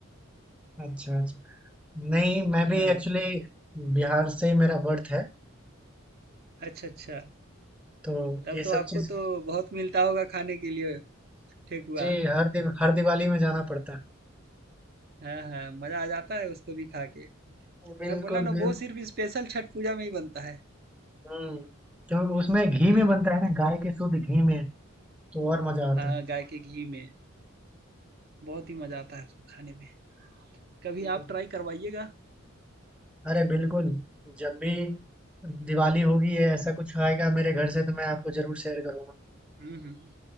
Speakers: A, in the centre; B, on the right (about 50°).
A: अच्छा अच्छा नहीं मैं
B: हाँ,
A: भी एक्चुअली बिहार से ही मेरा बर्थ है
B: अच्छा अच्छा
A: तो
B: तब
A: ये
B: तो
A: सब
B: आपको
A: चीज
B: तो बहुत मिलता होगा खाने के लिए ठेकुआ
A: जी हर दिव, हर दिवाली में जाना पड़ता
B: हाँ हाँ मजा आ जाता है उसको भी खा के
A: है बिल्कुल
B: मैं बोला ना
A: बिल्कुल
B: वो सिर्फ स्पेशल छठ पूजा में ही बनता है
A: हम्म क्योंकि उसमें घी
B: हाँ
A: में बनता है ना गाय के शुद्ध घी में तो और मजा आता
B: हाँ
A: है
B: गाय के घी में बहुत ही मजा आता है उसको खाने में कभी
A: हम्म,
B: आप ट्राई करवाइएगा
A: अरे बिल्कुल जब भी दिवाली होगी या ऐसा कुछ आएगा मेरे घर से तो मैं आपको जरूर शेयर करूंगा
B: हम्म हम्म